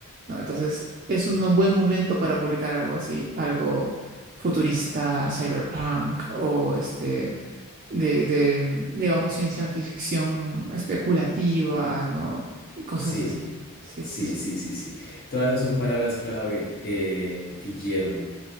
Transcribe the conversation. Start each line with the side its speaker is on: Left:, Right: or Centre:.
Right: ¿no? Entonces, es un buen momento para publicar algo así, algo futurista, cyberpunk o este, de, de, digamos, ciencia ficción especulativa, ¿no? Cosas
Left: Sí,
Right: así. Sí,
Left: sí,
Right: sí, sí.
Left: sí, sí, sí. Todas esas son palabras clave, eh, Guillermo.